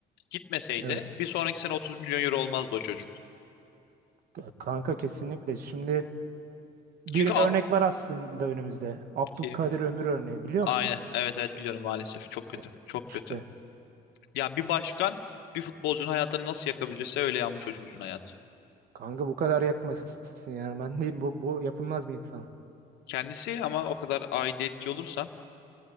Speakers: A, on the left; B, on the right.
A: gitmeseydi
B: Evet.
A: bir sonraki sene 30 milyon euro olmazdı o çocuk.
B: k- Kanka kesinlikle. Şimdi bir
A: Çünkü a-
B: örnek var aslında önümüzde. Abdülkadir
A: Ki-
B: Ömür örneği biliyor
A: aynen
B: musun?
A: evet evet biliyorum maalesef çok kötü
B: Evet.
A: çok
B: İşte
A: kötü. Yani bir başkan bir futbolcunun hayatını nasıl yakabilirse öyle yanmış o çocuğun hayatı.
B: kanka bu kadar yakmasın ya. Ben diyeyim bu, bu yapılmaz bir insan.
A: Kendisi ama o kadar aidiyetçi olursan